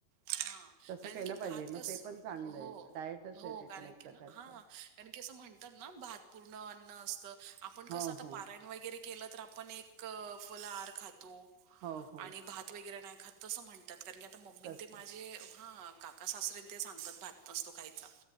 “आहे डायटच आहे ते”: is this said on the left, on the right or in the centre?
Right